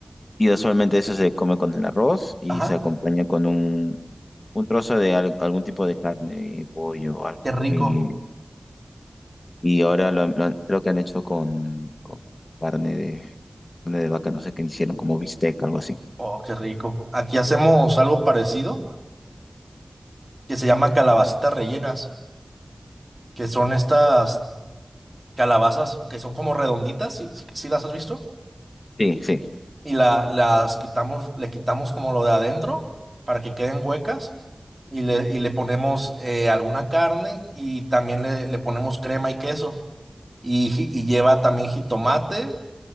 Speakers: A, on the left; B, on the right.
A: y usualmente eso se come con el arroz y
B: Ajá.
A: se acompaña con un, un trozo de al- algún tipo de carne, pollo o algo.
B: Qué rico.
A: Y, y ahora lo, lo- creo que han hecho con, con carne de, carne de vaca, no sé qué hicieron, como bistec, algo así.
B: Oh, qué rico. Aquí hacemos algo parecido que se llama calabacitas rellenas, que son estas calabazas que son como redonditas, si, si las has visto,
A: Sí, sí.
B: y la, las quitamos, le quitamos como lo de adentro para que queden huecas y le, y le ponemos eh, alguna carne y también le, le ponemos crema y queso y, ji- y lleva también jitomate,